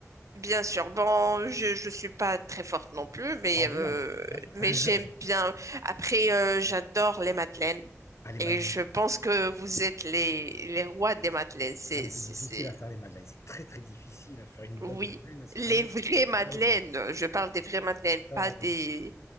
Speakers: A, on the right; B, on the left.
A: bien sûr. Bon, je je suis pas très forte non plus, mais
B: Ah, mais
A: euh,
B: non, mais c'est bien ça.
A: mais
B: <laughs>
A: j'aime bien. Après, euh, j'adore les madeleines
B: Allez,
A: et
B: madeleine.
A: je pense que vous êtes les les rois des madeleines. C'est
B: Ah, mais c'est
A: c'est
B: difficile
A: c'est
B: à faire les madeleines. C'est très, très difficile à faire une bonne
A: oui,
B: madeleine. C'est...
A: les
B: Ah, ben,
A: vraies
B: j'arrive
A: madeleines.
B: pas à les faire.
A: Je parle des vraies madeleines,
B: Ah,
A: pas des.
B: oui.